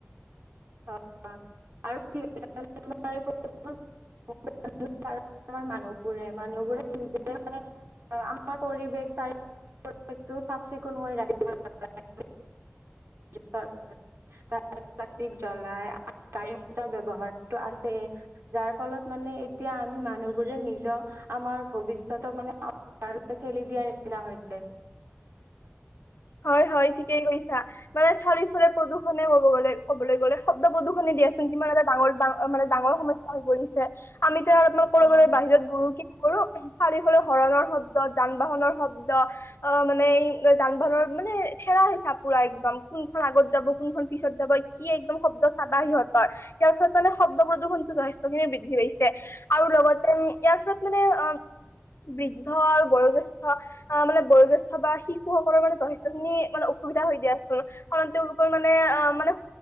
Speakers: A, on the right; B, on the left.
A: <unintelligible> আমাৰ মানুহবোৰে-মানুহবোৰে নিজে মানে', আমাৰ পৰিৱেশ চাৰিফালে পৰিৱেশতো চাফ-চিকুণ কৰি ৰাখিব লাগে', তাৰপিছত', প্লাষ্টিক জ্বলাই আৰু গাড়ীৰ ব্যৱহাৰটো আছেই', যাৰফলত মানে এতিয়া আমি মানুহবোৰে নিজৰ আমাৰ ভৱিষ্যতক মানে অহ', তা', ঠেলি দিয়াৰ নিচিনা হৈছে',
B: হয়', - হয়', ঠিকেই কৈছা মানে চাৰিওফালে প্ৰদূষণে ক'ব গ'লে', ক'বলৈ গ'লে শব্দ প্ৰদূষণে দিয়াচোন কিমান এটা ডাঙৰ- ডাঙ', মানে ডাঙৰ সমস্যা হৈ পৰিছে ', আমি এতিয়া আৰু আপোনাক কৰোবাৰ
A: অ',
B: বাহিৰত ঘূৰো কি? কৰো, চাৰিওফালে হৰণৰ শব্দ যান-বাহনৰ শব্দ অ', মানে এই যে যান-বাহনৰ', মানে থেলা - হেছা পুৰা একদম কোনখন আগত যাব, কোনখন পিছত যাব, কি একদম শব্দ চাবা সিহঁতৰ', ইয়াৰ ফলত মানে শব্দ প্ৰদূষণতো যথেষ্টখিনি বৃদ্ধি পাইছে', আৰু লগতে ইয়াৰ ফলত মানে অ', বৃদ্ধ আৰু বয়োজ্যেষ্ঠ আহ', মানে বয়োজ্যেষ্ঠ বা শিশুসকলৰ মানে যথেষ্ট', যথেষ্টখিনি মানে অসুবিধা হৈ দিয়াচোন কাৰণ তেওঁলোকৰ মানে আহ', মানে',